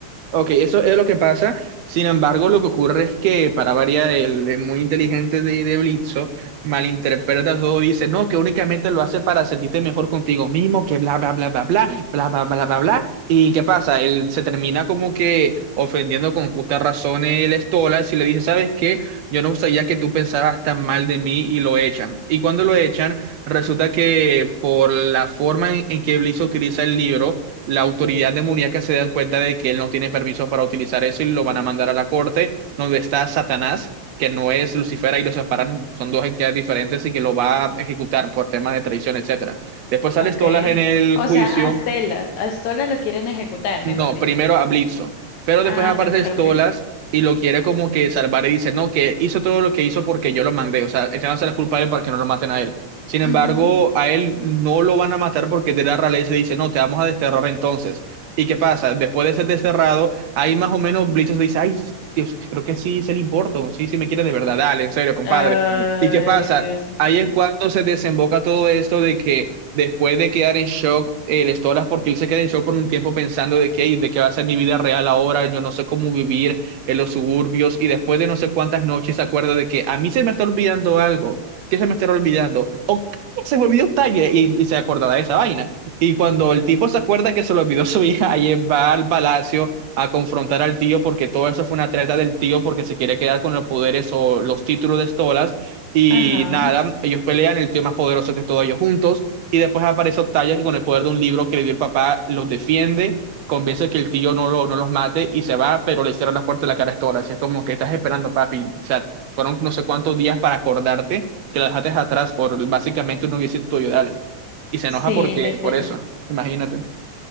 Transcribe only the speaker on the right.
Ok, eso es lo que pasa. Sin embargo, lo que ocurre es que, para variar, el, el muy inteligente de, de Blitzo malinterpreta todo y dice, no, que únicamente lo hace para sentirte mejor contigo mismo, que bla, bla, bla, bla, bla, bla, bla, bla, bla, bla. ¿Y qué pasa? Él se termina como que ofendiendo con justa razón el Stolas y le dice, ¿sabes qué? Yo no sabía que tú pensabas tan mal de mí y lo echan. Y cuando lo echan, resulta que por la forma en, en que Blitzo utiliza el libro, la autoridad demoníaca se dan cuenta de que él no tiene permiso para utilizar eso y lo van a mandar a la corte, donde está Satanás, que no es Lucifer y los separan, son dos entidades diferentes y que lo va a ejecutar por temas de traición, etcétera. Después sale
Stolas en el
juicio
no,
primero a Bledsoe, pero
después aparece
Stolas
y lo quiere como que salvar y dice, no, que hizo todo lo que hizo porque yo lo mandé, o sea, el no se la culpa a él para que no lo maten a él. Sin embargo,
a él no lo van a matar porque de la realeza dice, no, te vamos a desterrar entonces. ¿Y qué pasa? Después de ser desterrado, ahí más o menos Bledsoe se dice, ay, Dios, creo que sí se le importa, sí, sí me quiere de verdad, dale, en serio, compadre.
¿Y qué pasa?
Ahí
es cuando se desemboca todo esto de que después de quedar en shock, eh, les todas porque él se queda en shock por un tiempo pensando de que, de qué va a ser mi vida real ahora, yo no sé cómo vivir en los suburbios, y después de no sé cuántas noches se acuerda de que a mí se me está olvidando algo, que se me está olvidando, o se me olvidó Octavia, y, y se acordaba de esa vaina. Y cuando el tipo se acuerda que se le olvidó <laughs> su hija, ayer va al palacio a confrontar al tío porque todo eso fue una treta del tío porque se quiere quedar con los poderes o los títulos de Stolas y
nada, ellos pelean, el tío más poderoso que todos ellos juntos y después aparece Octavia que con el poder de un libro que le dio el papá los defiende, convence que el tío no, lo, no los mate y se va, pero le hicieron las puertas de la cara a Stola. Así es como que estás esperando, papi. O sea, fueron no sé cuántos días para acordarte que la dejaste atrás por básicamente un noviecito tuyo de Allen. Y se
enoja porque,
por eso, imagínate.